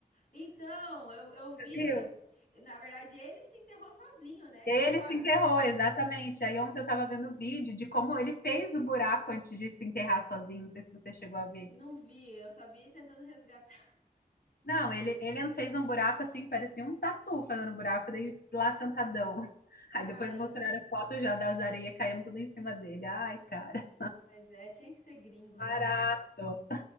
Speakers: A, on the left; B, on the left.
A: Então, eu, eu vi,
B: Você viu?
A: eu fui- na verdade, ele se enterrou sozinho, né?
B: Ele
A: E quase
B: se enterrou, exatamente. Aí ontem eu tava vendo vídeo de como ele fez o buraco antes de se enterrar sozinho. Não sei se você chegou a ver.
A: não vi, eu só vi ele tentando resgatar.
B: Não, ele, ele fez um buraco assim, parecia um tatu fazendo buraco, daí lá sentadão. <laughs>
A: Cara,
B: Aí depois mostraram a foto já das areias caindo tudo em cima dele. Ai, cara,
A: mas é, tinha que ser gringo,
B: barato.
A: né, mano?